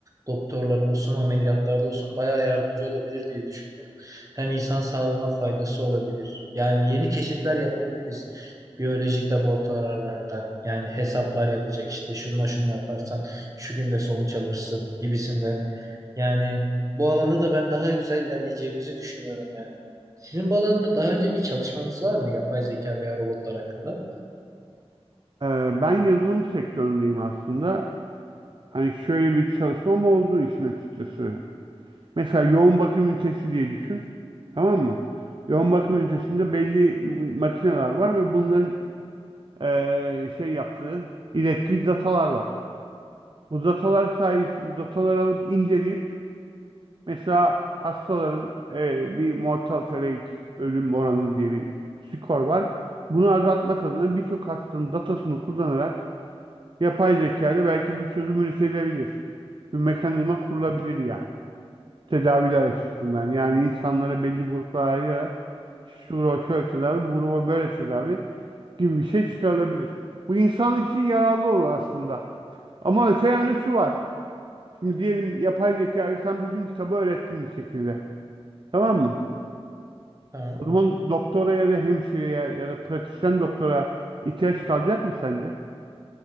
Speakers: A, on the right; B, on the right.
A: doktorlara olsun ameliyatlarda olsun bayağı yardımcı olabilir diye düşünüyorum. Hem insan sağlığına faydası olabilir. Yani yeni keşifler yapabiliriz. Biyolojik laboratuvarlarda yani hesaplar yapacak işte şunla şunu yaparsan şu günde sonuç alırsın gibisinden. Yani bu alanda da ben daha güzel ilerleyeceğimizi düşünüyorum yani. Sizin bu alanda daha önce bir çalışmanız var mı yapay zeka veya robotlar hakkında?
B: Ee, ben yazılım sektöründeyim aslında. Hani şöyle bir çalışmam oldu işin açıkçası. Mesela yoğun bakım ünitesi diye düşün. Tamam mı? Yoğun bakım ünitesinde belli makineler var ve bunların eee, şey yaptığı, ilettiği datalar var. Bu datalar sayesinde bu dataları alıp inceleyip Mesela hastaların e, bir mortality rate, ölüm oranı diye bir skor var. Bunu azaltmak adına birçok hastanın datasını kullanarak yapay zeka ile belki bir çözüm üretilebilir. Bir mekanizma kurulabilir yani. Tedaviler açısından. Yani insanları belli gruplara ayırarak şu gruba şöyle tedavi, bu gruba böyle tedavi gibi bir şey çıkarılabilir. Bu insanlık için yararlı olur aslında. Ama öte yanda şu var. Şimdi diyelim yapay zekayı sen bütün kitabı öğrettin bir şekilde. Tamam mı?
A: Tamam.
B: O zaman doktora ya da hemşireye ya da pratisyen doktora ihtiyaç kalacak mı sence?